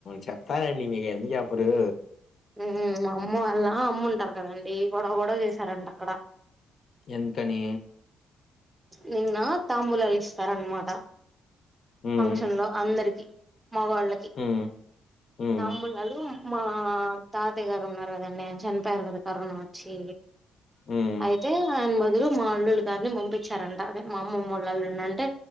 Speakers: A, on the left (about 55°); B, on the right (about 15°).
A: చెప్తారండి మీకు ఎందుకు చెప్పరు
B: హ్మ మా అమ్మ వాళ్ళ అమ్మ ఉంటారు కాదండీ గొడవ గొడవ చేశారంట అక్కడ
A: ఎందుకని
B: నిన్న తాంబూలాలు ఇస్తార అనమాట
A: హ్మ్.
B: ఫంక్షన్ లో అందరికి మవాళ్ళకి
A: హ్మ్. హ్మ్.
B: తంబూలాలు మా తత్తయ్య గారు ఉన్నారు కదండి ఆయన చనిపోయారు కదా కరోనా వచ్చి
A: హ్మ్.
B: అయితే అన్బ ఎరు మా అల్లులు గారిని పంపించారంట అదే మా అమ్మమ్మ వాళ్ళ అల్లుని అంటే